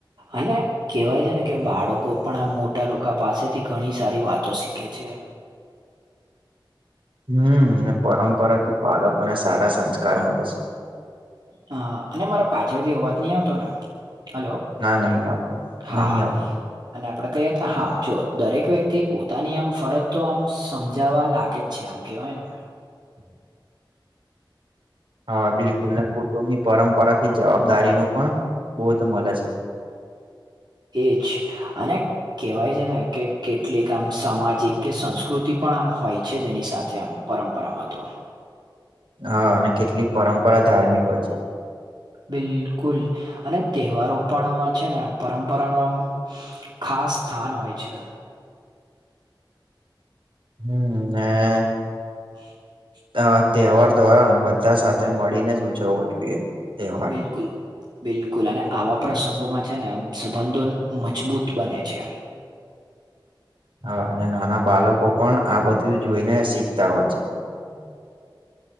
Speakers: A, on the right (about 60°); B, on the right (about 80°).
A: અને કેહેવાય છે ને કે બાળકો પણ આ મોટા લોકો પાસેથી ઘણી સારી વાતો શીખે છે.
B: હમ્મ પરંપરાથી બાળકોને સારા સંસ્કાર મળે છે.
A: હા અને મારા પાછળથી અવાજ નહી આવતો ને, હલો
B: ના નહી આવતું,
A: હા
B: નહીં આવતું.
A: અને આપણે કહીએ હતા હા જો દરેક વ્યક્તિ પોતાની આમ ફરજ તો આમ સમજાવવા લાગે. જેમ કહેવાય ને કોઈ
B: <inaudible> હા બિલકુલ ને કુટુંબ ની પરંપરા થી જવાબદારી નું પણ બોધ મળે છે.
A: એ જ અને કેહેવાય છે, ને કે કેટલીક આમ સામાજિક કે સંસ્કૃતિ પણ આમ હોય છે, જેની સાથે આમ પરંપરામાં તો
B: હા અને કેટલીક પરંપરા ધાર્મિક હોય છે,
A: બિલકુલ અને તહેવારો પણ આમાં છે, ને પરંપરા નો આમ, ખાસ સ્થાન હોય છે.
B: હે.
A: <inaudible>
B: અ તહેવાર ધોરણ બધા સાથે મળીને જ ઉજવવો જોઈએ. તહેવાર
A: લ <unintelligible> બિલકુલ બિલકુલ અને આવા પ્રસંગોમાં છે, ને સંબંધો મજબૂત બને છે.
B: હ અને નાના બાળકો પણ આ બધું જોઈને શીખતા હોય છે
A: <inaudible>